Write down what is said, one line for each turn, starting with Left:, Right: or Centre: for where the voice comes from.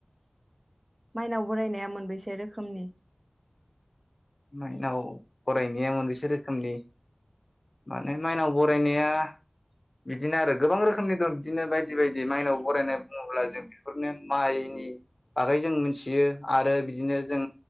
Right: माइनाव बोरायनाया मोनबेसे रोखोमनि
Left: माइनाव बरायनाया मोनबेसे रोखोमनि माने माइनाव बरायनाया बिदिनो आरो गोबां रोखोमनि दं बिदिनो बायदि बायदि माइनाव बरायनाय बुङोब्ला जों बेफोरनो माइनि बागै जों मिथियो आरो बिदिनो जों